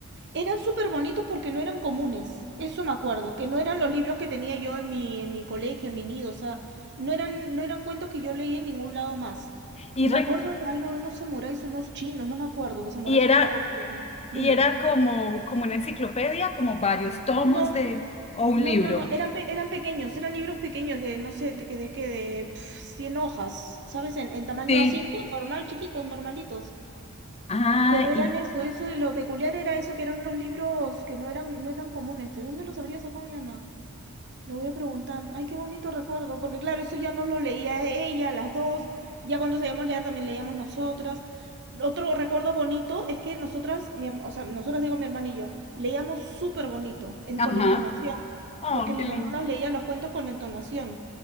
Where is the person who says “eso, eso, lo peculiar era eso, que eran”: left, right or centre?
Right